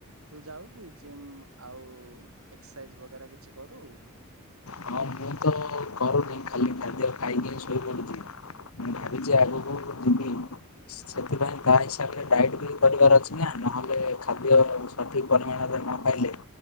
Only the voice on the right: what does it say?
ତୁ ଯାଉ କି ଜିମ୍ ଆଉ ଏକ୍ସରସାଇଜ୍ ବଗେରା କିଛି କରୁ?